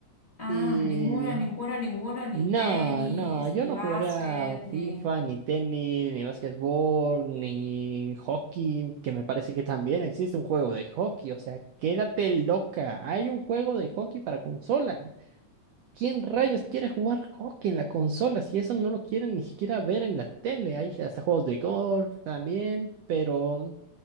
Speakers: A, on the left; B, on the right.
A: Ah,
B: Y
A: ninguno, ninguno, ninguno, ni
B: no,
A: tenis,
B: no, yo
A: ni
B: no
A: básquet,
B: jugaría
A: ni...
B: FIFA, ni tenis, ni básquetbol, ni hockey, que me parece que también existe un juego de hockey. O sea, quédate loca, hay un juego de hockey para consola. ¿Quién rayos quiere jugar hockey en la consola si eso no lo quieren ni siquiera ver en la tele? Hay hasta juegos de golf también, pero